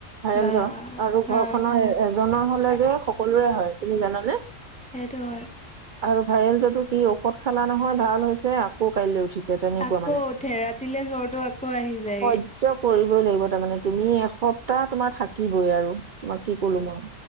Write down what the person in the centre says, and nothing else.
বা
হা
সেইটো হয়।
আকৌ
উঠে ৰাতিলে জ্বৰটো আকৌ আহি যায়গে।